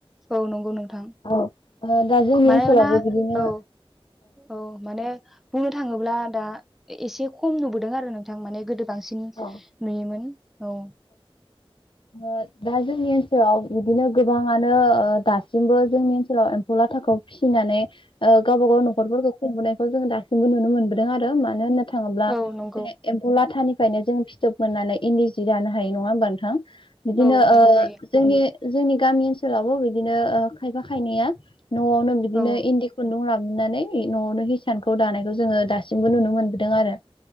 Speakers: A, in the centre; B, on the left.
A: औ नंगौ नोंथां
B: औ ओ दा जोंनि
A: मानोना
B: ओनसोलावबो बिदिनो
A: औ औ माने बुंनो थाङोब्ला दा एसे खम नुबोदों आरो नोंथां माने गोदो बांसिन
B: औ
A: नुयोमोन। औ।
B: ओ दा जोंनि ओनसोलाव बिदिनो गोबाङानो ओ दासिमबो जोंनि ओनसोलाव एम्फौ लाथाखौ फिसिनानै ओ गावबागाव नखरफोरखौ खुंबोनाय खौ जोङो दासिबो नु मोनबोदों आरो मानो होनोब थाङोब्ला
A: औ नंगौ
B: ए एम्फौ लामानिफ्राय खायनो जों फिथोब मोननानै इन्दि जि जानो हायो नङा होमब नोंथां? बिदिनो
A: औ
B: ओ
A: नंगौ हायो
B: जोंनि जोंनि गामि ओनसोलावबो बिदिनो ओ खायफा खायनैया न'आवनो बिदिनो
A: औ
B: इन्दि खुन्दुं लाबो हनानै न'आवनो हिसानखौ दानायखौ जोङो दासिमबो नुनो मोनबोदों आरो।